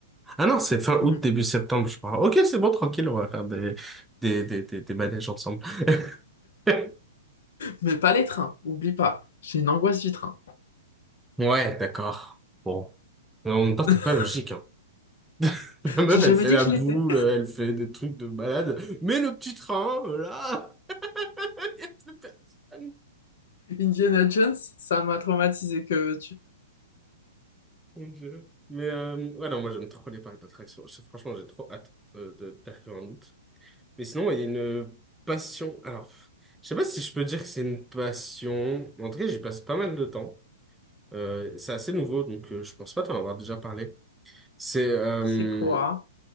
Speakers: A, in the centre; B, on the left.
A: Ah non, c'est fin août,
B: Mm.
A: début septembre, je crois. Ok, c'est bon, tranquille, on va faire des, des, des, des, des manèges ensemble. <laughs>
B: Mais pas les trains, oublie pas. J'ai une angoisse du train.
A: Ouais, d'accord. Bon. Mais En même temps,
B: <laughs>
A: pas logique, hein. <laughs> La meuf,
B: J'ai jamais
A: elle fait
B: dit
A: la
B: que je
A: boule,
B: l'étais.
A: elle fait des trucs de malade. Mais le petit train, euh, là, <laughs> il y a plus personne.
B: Indiana Jones, ça m'a traumatisé que tu.
A: Mon Dieu. Mais euh, ouais, non, moi j'aime trop les parcs d'attractions. Je- Franchement, j'ai trop hâte euh, de- d'arriver en août. Mais sinon, il y a une passion. Alors, je sais pas si je peux dire que c'est une passion. En tout cas, j'y passe pas mal de temps. Euh, c'est assez nouveau, donc euh, je pense pas t'en avoir déjà parlé. C'est, euh,
B: C'est quoi?